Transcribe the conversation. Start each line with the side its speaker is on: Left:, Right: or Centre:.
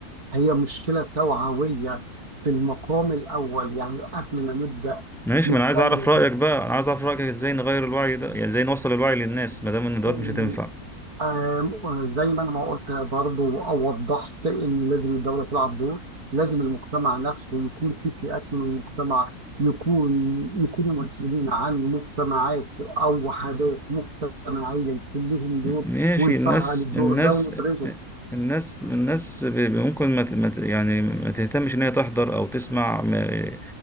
Right: هي مشكلة توعوية في المقام الأول يعني قبل ما نبدأ
Centre: ماشي
Right: نتكلم
Centre: ما انا عايز اعرف رأيك بقى انا عايز اعرف رأيك ازاي نغير الوعي ده يعني ازاي نوصل الوعي للناس ما دام ان دوت
Right: آم،
Centre: مش هتنفع
Right: آم، زي ما أنا ما قلت برضو أو وضحت إن لازم الدولة تلعب دور لازم المجتمع نفسه يكون في فئات من المجتمع يكون يكونوا مسؤولين عن مجتمعات أو وحدات مجتمعية يكون لهم دور
Centre: ماشي
Right: ونفعل
Centre: الناس
Right: الدور
Centre: الناس
Right: ده ونبرزه
Centre: الناس الناس ب- ممكن ما ت- ما ت- يعني ما تهتمش ان هي تحضر او تسمع م-